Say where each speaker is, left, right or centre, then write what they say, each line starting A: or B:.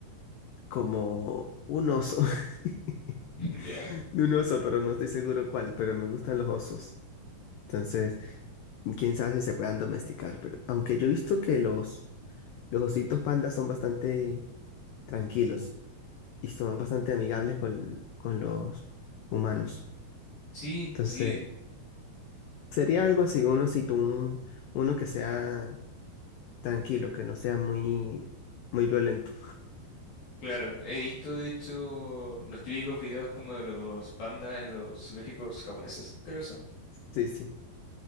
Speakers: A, on the left; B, on the left.
A: como un oso. <laughs>
B: <laughs> ¿Ya?
A: Un oso, pero no estoy seguro cuál, pero me gustan los osos. Entonces, quién sabe si se puedan domesticar, pero aunque yo he visto que los, los ositos pandas son bastante tranquilos y son bastante amigables con, con los humanos.
B: Sí,
A: Entonces,
B: sí,
A: sería algo así, uno, si tú, un- uno que sea tranquilo, que no sea muy, muy violento.
B: claro. He visto, de hecho, los típicos videos como de los pandas en los zoológicos japoneses, creo que son.
A: Sí, sí.